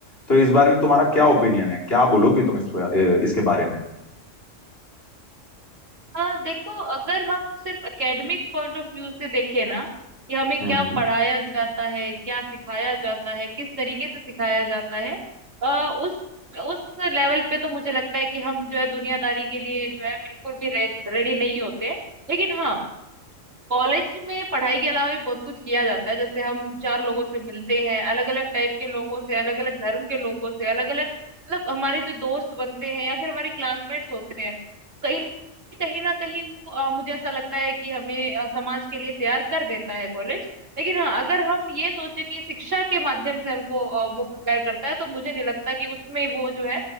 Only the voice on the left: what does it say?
तो इस बारे में तुम्हारा क्या ओपिनियन है क्या बोलोगी तुम इस इसके बारे में
हम्म
हम्म।